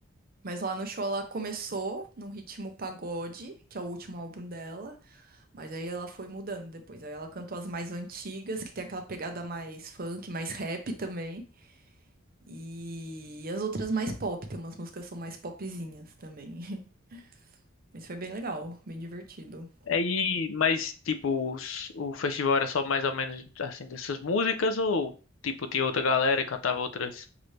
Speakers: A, on the right (about 45°); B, on the left (about 80°).
A: Mas lá no show ela começou num ritmo pagode, que é o último álbum dela. Mas aí ela foi mudando depois. Aí ela cantou as mais antigas, que tem aquela pegada mais funk, mais rap também. E as outras mais pop, tem umas músicas que são mais popzinhas também. <laughs> Mas foi bem legal, bem divertido.
B: Aí, mas tipo, os- o festival era só mais ou menos assim dessas músicas ou tipo tinha outra galera que cantava outras